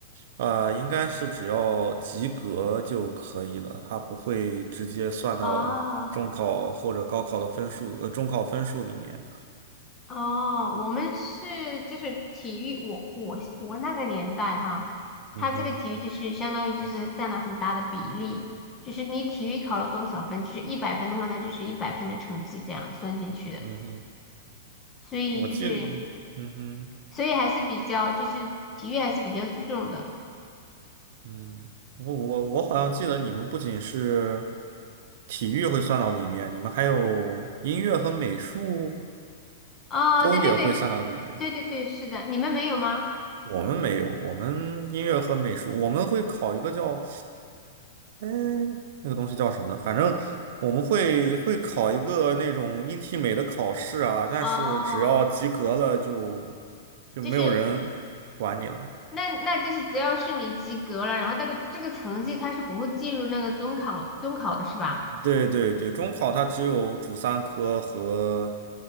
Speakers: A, on the right (about 65°); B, on the left (about 25°).
A: 呃，应该是只要及格就可以了，他不会直接算到中考或者高考的分数，
B: 啊。
A: 呃，中考分数里面。
B: 哦，我们是就是体育，我我我那个年代哈，
A: 嗯哼，
B: 他这个体育就是相当于就是占了很大的比例，就是你体育考了多少分，就是一百分的话，那就是一百分的成绩这样算进去的，
A: 嗯哼。
B: 所以就是
A: 我记得嗯哼，
B: 所以还是比较就是体育还是比较注重的。
A: 嗯，我我我好像记得你们不仅是体育会算到里面，你们还有音乐和美术
B: 哦，
A: 都也会算到里面。
B: 对对对对对对，是的，你们没有吗？
A: 我们没有，我们音乐和美术，我们会考一个叫，哎，那个东西叫什么呢？反正我们会会考一个那种音体美的考试啊，但是只要及格了就
B: 哦，
A: 就没有人管你了。
B: 就是那那就是只要是你及格了，然后这个这个成绩它是不会计入那个中考中考的是吧？
A: 对对对，中考它只有主三科和